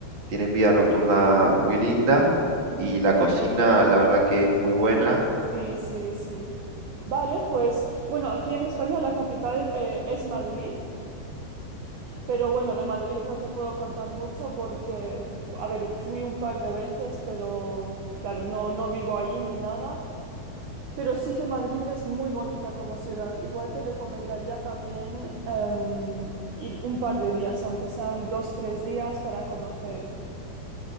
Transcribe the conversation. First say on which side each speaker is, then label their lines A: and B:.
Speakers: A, on the right; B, on the right.
A: tienen vida nocturna muy linda y la cocina, la verdad que es muy buena.
B: Sí, sí, sí. Vale, pues bueno, aquí en España la capital eh, es Madrid, pero bueno, de Madrid no te puedo contar mucho porque, a ver, fui un par de veces, pero claro, no, no vivo ahí ni nada. Pero sí que Madrid es muy bonita como ciudad. Igual te recomendaría también em, ir un par de días, aunque sean dos, tres días, para conocer